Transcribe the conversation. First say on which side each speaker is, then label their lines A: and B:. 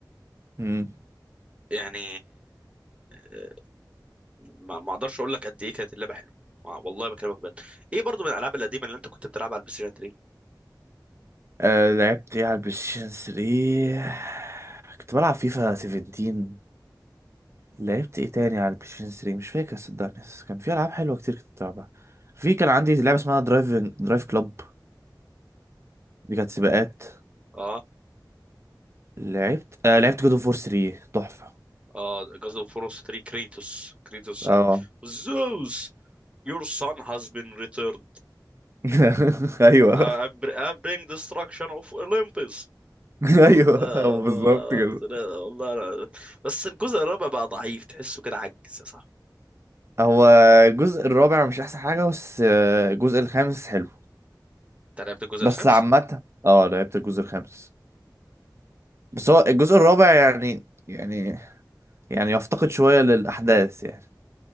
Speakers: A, on the right; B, on the right.
A: مم.
B: يعني آه، ما ما أقدرش أقول لك قد إيه كانت اللعبة حلوة آه، والله بكلمك بجد إيه برضو من الألعاب القديمة اللي أنت كنت بتلعبها على البلاي ستيشن 3
A: آه لعبت ايه على البلاي ستيشن 3 كنت بلعب فيفا 17 لعبت ايه تاني على البلاي ستيشن 3 مش فاكر صدقني بس كان في العاب حلوه كتير كنت بلعبها في كان عندي لعبه اسمها درايفنج درايف كلوب دي كانت سباقات
B: آه
A: لعبت آه لعبت جود اوف وور 3 تحفة
B: آه جاز أوف وور 3 كريتوس كريتوس
A: اه
B: آه، زوس your son has been returned
A: <laughs> ايوه
B: I br- I bring destruction of Olympus
A: <laughs>
B: والله
A: ايوه هو
B: هو-
A: بالظبط كده
B: والله أنا... بس الجزء الرابع بقى ضعيف تحسه كده عجز يا صاحبي
A: هو الجزء الرابع مش احسن حاجة بس آه، الجزء الخامس حلو
B: انت لعبت الجزء
A: بس
B: الخامس؟
A: عامة اه لعبت الجزء الخامس بس هو الجزء الرابع يعني يعني يعني يفتقد شوية للأحداث يعني